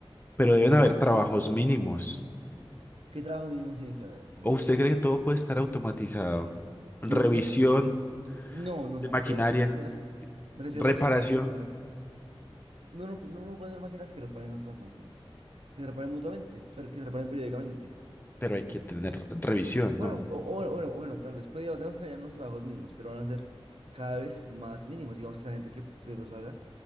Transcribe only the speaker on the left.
Pero deben
haber
trabajos mínimos.
¿O
usted cree que todo puede estar automatizado?
Revisión
de
maquinaria,
reparación,
pero hay que tener revisión,
¿no?